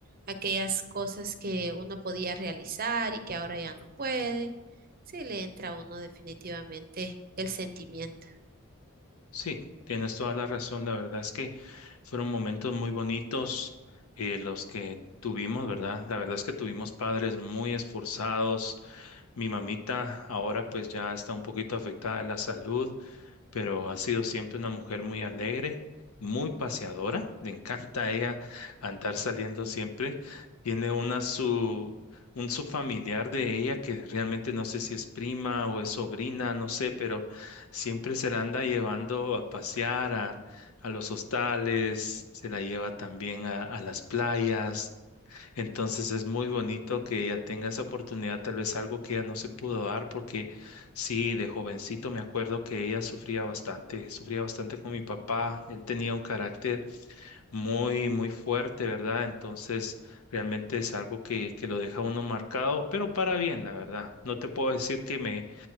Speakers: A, on the right; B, on the left.
A: aquellas cosas que uno podía realizar y que ahora ya no puede. Sí, le entra a uno definitivamente el sentimiento.
B: Sí, tienes toda la razón. La verdad es que fueron momentos muy bonitos eh, los que tuvimos, ¿verdad? La verdad es que tuvimos padres muy esforzados. Mi mamita ahora pues ya está un poquito afectada de la salud, pero ha sido siempre una mujer muy alegre, muy paseadora. Le encanta a ella andar saliendo siempre. Tiene una su un su familiar de ella que realmente no sé si es prima o es sobrina, no sé, pero Siempre se la anda llevando a pasear a, a los hostales, se la lleva también a, a las playas. Entonces es muy bonito que ella tenga esa oportunidad, tal vez algo que ella no se pudo dar, porque sí, de jovencito me acuerdo que ella sufría bastante, sufría bastante con mi papá. Él tenía un carácter muy, muy fuerte, ¿verdad? Entonces realmente es algo que, que lo deja a uno marcado, pero para bien, la verdad. No te puedo decir que me